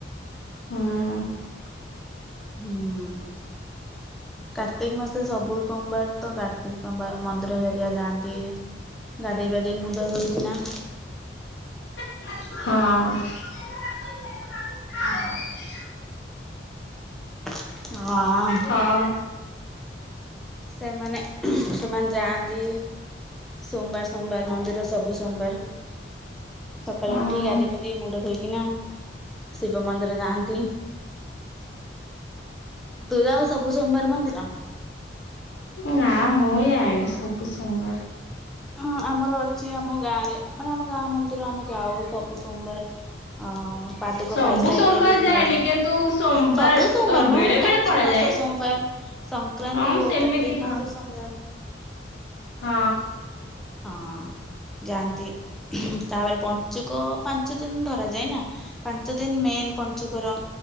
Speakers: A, on the left; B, in the centre.
A: ହଁ
B: ହଁ। କାର୍ତ୍ତିକ ମାସରେ ସବୁ ସୋମବାର ତା। ପ୍ରତକ ସୋମବାର ମନ୍ଦିର ଏରିଆ ଯାଆନ୍ତି ଗାଧେଇବାଧେଇ ମୁଣ୍ଡ ଧୋଇବା
A: ହଁ।
B: ହଁ। ହଁ।
A: ହଁ
B: ସେମାନେ ସେମାନେ ଯାଆନ୍ତି ସୋମବାର ସୋମବାର ମନ୍ଦିର ସବୁ ସୋମବାର। ସକାଳୁ
A: ହଁ
B: ଉଠି ଗାଧିାଧ ମୁଣ୍ଡ ଧୋଇି। ଏ ନା ଶିବ ମନ୍ଦିର ଯାଆନ୍ତି। ତୁୁର ଆଉ ସବୁ ସୋମବାର ମନ୍ଦିର?
A: ନା ମୁଁ ଆଇନି ସବୁ ସୋମବାର
B: ହଁ ଆମର ଆମ ଗାଁରେ ମାନେ ଆମ ଗାଁ ମନ୍ଦିର ଆମେ ଯାଉ ସବୁ ସୋମବାର। ହ ପାଦୁକ
A: ସବୁ
B: ପାଇସାରଲେ
A: ସୋମବାର
B: ବି
A: ଯାଏନି
B: ଖାଉ
A: କିନ୍ତୁ ସୋମବାର
B: ସବୁ ସୋମବାର
A: ଅ
B: ନହେ
A: ବେଳେ ବେଳେ
B: କାର୍ତ୍ତିକ
A: ପଳାଯାଏ।
B: ମାସ ସୋମବାର ସଂକ୍ରାନ୍ତି
A: ହଁ ମୁଁ
B: ହଉ
A: ସେମିତି
B: କାର୍ତ୍ତିକ
A: ହଁ
B: ମାସ ସୋମବାର।
A: ହଁ।
B: ହଁ ଯାଆନ୍ତି ତାପରେ ପଞ୍ଚୁକ ପାଞ୍ଚ ଦିନ ଧର ଯାଏ ନା ପାଞ୍ଚ ଦିନ ମେନ୍ ପଞ୍ଚୁକର